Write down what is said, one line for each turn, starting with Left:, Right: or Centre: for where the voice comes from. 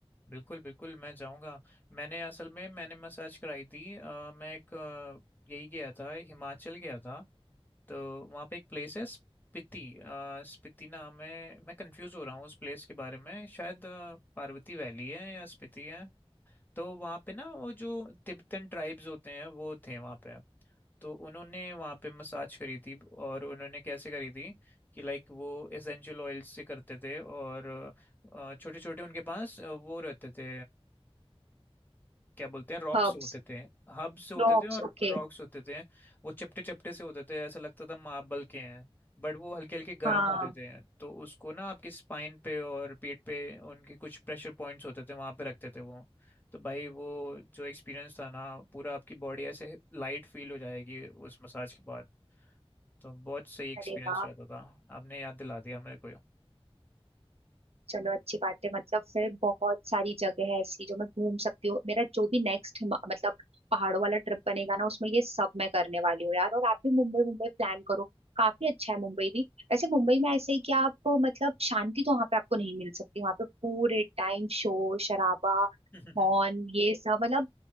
Left: बिल्कुल बिल्कुल मैं जाऊंगा मैंने असल में मैंने मसाज कराई थी अ, मैं एक अ, यही गया था हिमाचल गया था तो वहाँ पे एक प्लेस है स्पीति अ, स्पीति नाम है मैं कंफ्यूज हो रहा हूँ उस प्लेस के बारे में शायद अ, पार्वती वैली है या स्पीति है तो वहाँ पे ना वो जो तिब्बतन ट्राइब्स होते हैं वो थे वहाँ पे तो उन्होंने वहाँ पे मसाज करी थी और उन्होंने कैसे करी थी कि लाइक वो एसेंशियल ऑयल्स से करते थे और छोटे छोटे उनके पास अ, वो रहते थे क्या बोलते हैं रॉक्स
Right: हर्ब्स
Left: होते थे हब से होते
Right: ड्रॉप्स
Left: थे और
Right: ओके
Left: रॉक्स होते थे वो चपटे चपटे से होते थे ऐसा लगता था मार्बल के हैं बट वो हल्के हल्के गर्म
Right: हाँ
Left: होते थे तो उसको ना आपके स्पाइन पे और पीठ पे उनके कुछ प्रेशर पॉइंट्स होते थे वहां पे रखते थे वो तो भाई वो जो एक्सपीरियंस था ना पूरा आपकी बॉडी ऐसे लाइट फील हो जाएगी उस मसाज के बाद तो बहुत सही एक्सपीरियंस
Right: अरे वाह
Left: रहता था आपने याद दिला दिया मेरे को
Right: चलो अच्छी बात है मतलब फिर बहुत सारी जगह है ऐसी जो मैं घूम सकती हूँ मेरा जो भी नेक्स्ट मतलब पहाड़ों वाला ट्रिप बनेगा ना उसमें ये सब मैं करने वाली हूँ यार और आप भी मुंबई मुंबई प्लान करो काफी अच्छा है मुंबई भी वैसे मुंबई में ऐसे ही कि आप मतलब शांति तो वहां पे आपको नहीं मिल सकती वहां पे पूरे टाइम शोर शराबा
Left: हम्म।
Right: हॉर्न ये सब मतलब